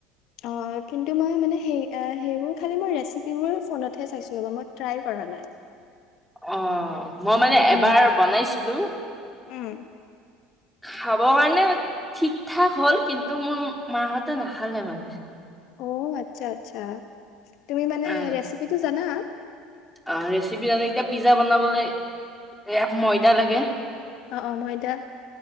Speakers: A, on the left; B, in the centre.
A: অ কিন্তু মই মানে সেই সেইবোৰ খাল মই ৰেচিপিবোৰ ফোনতে চাইাই কৰা নাই
B: অ মই মানে
A: উম
B: এবাৰ বনাইছিলো
A: উম।
B: খাব কাৰণে ঠিক ঠাক হ'ল কিন্তু মোৰ মাহঁতে নাখালে মানে
A: অ আচ্ছা আচ্ছা তুমি মানে
B: অ
A: ৰেচিপিটো জানা
B: অ ৰেচিপি জানে এতিয়া পিজ্জা বনাবলৈ এ ময়দা লাগে
A: অ অ মইদা